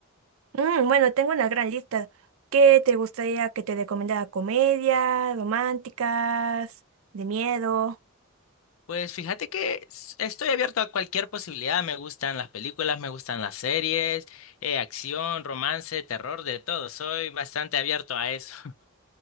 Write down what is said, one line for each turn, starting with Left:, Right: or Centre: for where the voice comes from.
Right: Mm, bueno, tengo una gran lista. ¿Qué te gustaría que te recomendara? ¿Comedia, románticas, de miedo?
Left: Pues fíjate que s- estoy abierto a cualquier posibilidad. Me gustan las películas, me gustan las series, eh, acción, romance, terror, de todo. Soy bastante abierto a eso.